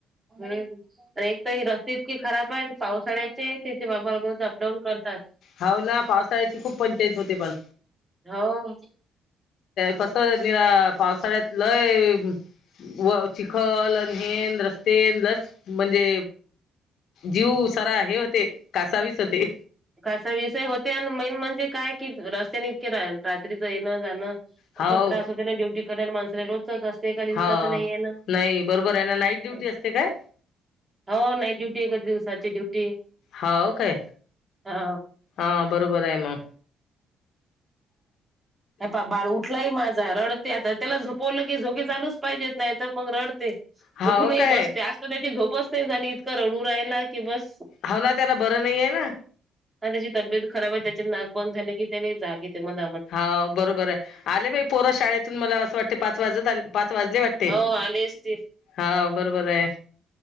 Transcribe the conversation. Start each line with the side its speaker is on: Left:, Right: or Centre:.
Right: हम् एकतरी रस्ते इतके खराब आहे पावसाळ्याचे तिथे बाबाज अपडाऊन करत का.
Left: हो ना पावसाळ्याची खूप पंचायत होते पण.
Right: हो.
Left: कस निरा पावसाळ्यात लय व च खल अनहेन रस्ते लस म्हणजे जीव सार हे होते कासावीस होते.
Right: का विषय होते आणि मेन म्हणजे काय कि रस्त्याने इतके रात्रीच येणं जाणं खूपच
Left: हाव
Right: त्रास होते ना ड्युटी कराय माणसला रोजच असते. एका दिवसाच
Left: हाव
Right: नाही आहे ना
Left: नाही बरोबर आहे ना नाईट ड्युटी
Right: मा
Left: असते काय
Right: हो नाइट ड्युटी एकच दिवसाची ड्युटी
Left: हाव काय
Right: हा
Left: हा बरोबर आहे म
Right: ये पाये बाळ उठलाय माझा रड त्याला झोपवलं की झोगी चालूच पाहिजेत नाही तर मग रडते
Left: हाव
Right: उठूनही
Left: काय
Right: बसते. त्याची झोपच नाही झाली इतकां रडू राहिला की बस.
Left: हाव ना त्याला बरं नाहीे ना.
Right: आणि त्याची तब्येत खराब आहे त्याचे नाक बंद झाले की त्याने जागे ते मग
Left: हा बरोबर आहे आले बाई पोर शाळेतून मला असं वाटते पाच वाजत पाच वाजले वाट
Right: हो आले असंतील.
Left: हा बरोबर आहे